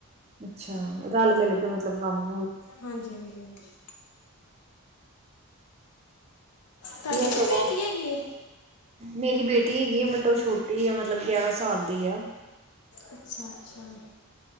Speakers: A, on the right (about 30°); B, on the left (about 85°).
A: ਅੱਛਾ, ਰਾਲ ਮਿਲ ਕੇ ਮਤਲਬ ਕਾੰਮ ਹੋ
B: ਹਾਂਜੀ, ਹਾਂਜੀ, ਹਾਂਜੀ।
A: ਵਧੀਆ
B: ਤੂਆਡੀ ਵੀ
A: ਸਗੋਂ
B: ਬੇਟੀ ਹੈਗੀ ਏ?
A: ਮੇਰੀ ਬੇਟੀ ਹੈਗੀ ਆ ਬਟ ਓ ਛੋਟੀ ਆ, ਮਤਲਬ ਗੇਆਰਾਂ ਸਾਲ ਦੀ ਆ।
B: ਅੱਛਾ, ਅੱਛਾ।